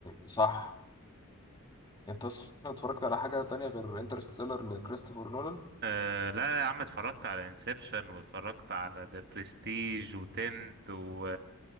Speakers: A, on the left; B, on the right.
A: صح انت اصلا اتفرجت على حاجة تانية غير انترستيلر لكريستوفر نولان
B: أه لا لا يا عم اتفرجت على انسبشن واتفرجت على ذا بريستيج وتنت و